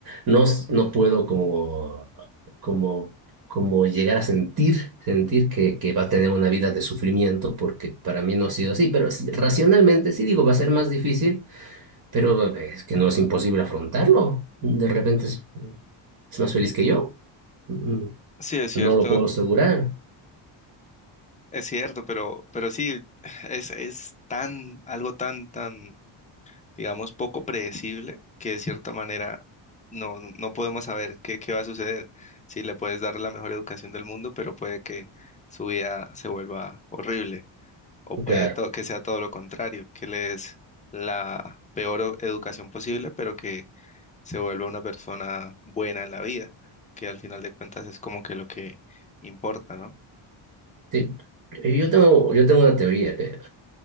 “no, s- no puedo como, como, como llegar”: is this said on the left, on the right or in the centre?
Right